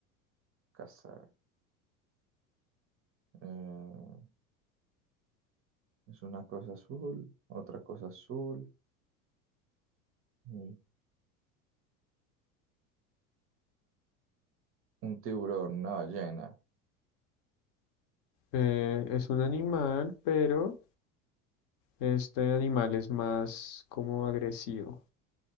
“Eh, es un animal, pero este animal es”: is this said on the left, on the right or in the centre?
Left